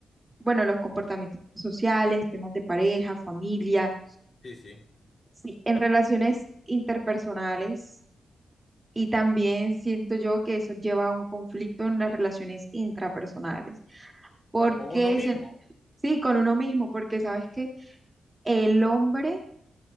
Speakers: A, on the right; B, on the left.
A: bueno, los comportamientos sociales, temas de pareja, familia,
B: Sí, sí.
A: sí, en relaciones interpersonales y también siento yo que eso lleva a un conflicto en las relaciones intrapersonales, porque
B: Con uno mismo.
A: se- sí, con uno mismo, porque sabes que El hombre